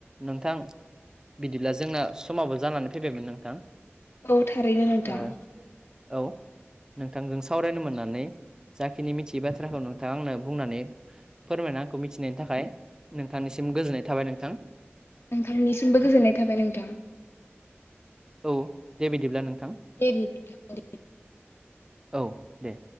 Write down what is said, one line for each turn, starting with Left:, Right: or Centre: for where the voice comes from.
Right: नोंथां बिदिब्ला जोंना समाबो जानानै फैबायमोन नोंथां।
Left: औ थारैनो नोंथां।
Right: ओ औ नोंथांजों सावरायनो मोननानै जाखिनि मिथियै बाथ्राखौ नोंथाङा आंनो बुंनानै फोरमायना आंखौ मिथिनायनि थाखाय नोंथांनिसिम सिम गोजोननाय थाबाय नोंथां।
Left: नोंथांनिसिमबो गोजोननाय थाबाय नोंथां।
Right: औ दे बिदिब्ला नोंथां।
Left: दे बिदिब्ला।
Right: औ दे।